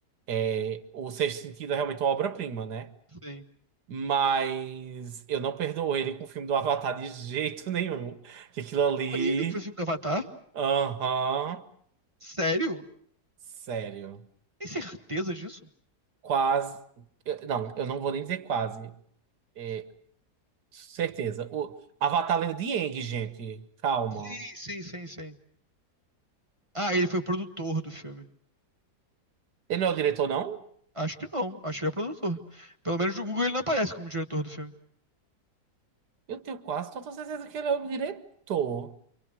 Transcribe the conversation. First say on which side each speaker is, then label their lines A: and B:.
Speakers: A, on the right; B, on the right.
A: É, o Sexto Sentido é realmente uma obra-prima, né?
B: Sim.
A: Mas eu não perdoo ele com o filme do Avatar de jeito nenhum. Que aquilo ali.
B: Pô, ele que foi o filme do Avatar?
A: Aham.
B: Sério?
A: sério.
B: Tem certeza disso?
A: Quase. eu- Não, eu não vou nem dizer quase. É, certeza. O Avatar Lenda de Aang, gente. Calma.
B: Sim, sim, sim, sim. Ah, ele foi o produtor do filme.
A: Ele não é o diretor, não?
B: Acho que não, acho que ele é produtor. Pelo menos no Google ele não aparece como diretor do filme.
A: Eu tenho quase toda certeza que ele é o diretor.